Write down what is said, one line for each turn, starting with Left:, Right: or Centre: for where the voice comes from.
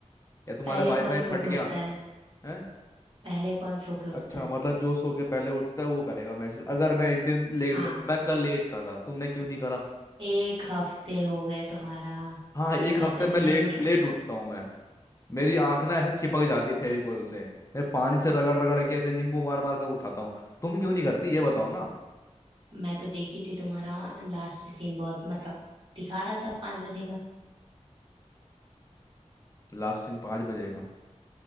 Left: या तुम्हारा
Right: पहले
Left: वाईफाई
Right: कौन सो
Left: फट
Right: के
Left: गया
Right: उठता है
Left: है
Right: पहले कौन सो के उठता
Left: अच्छा
Right: है
Left: मतलब जो सो के पहले उठता है वो करेगा मैसेज अगर मैं एक दिन लेट
Right: हाँ
Left: उठा मैं कल लेट उठा था तुमने क्यों नहीं करा
Right: एक हफ्ते हो गए तुम्हारा
Left: हाँ एक
Right: एक हफ्ते
Left: हफ्ते में
Right: से
Left: लेट
Right: लेट उठ
Left: लेट उठता हूँ मैं मेरी आंख ना ऐसे चिपक जाती है फेविकोल से मैं पानी से रगड़ रगड़ के ऐसे नींबू मार मार कर उठाता हूँ तुम क्यों नहीं करती ये बताओ ना
Right: मैं तो देखी थी तुम्हारा लास्ट सीन बहुत मतलब दिखा रहा था पांच बजे का
Left: लास्ट सीन पाँच बजेगा